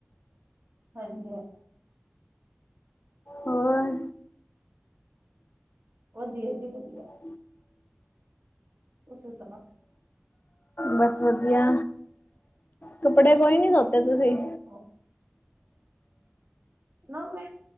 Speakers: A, on the right; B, on the left.
A: ਹੰਜੀ
B: ਹੋਰ
A: ਵਦੀਆ ਜੀ ਵਦੀਆ।
B: <inaudible>
A: ਤੁਸੀਂ ਸੁਣਾਓ
B: ਬਸ ਵਦੀਆ, ਕੱਪੜੇ ਕੋਈ ਨੀ ਤੋਤੇ ਤੁਸੀਂ?
A: <unintelligible> ਨਾ ਮੈਂ,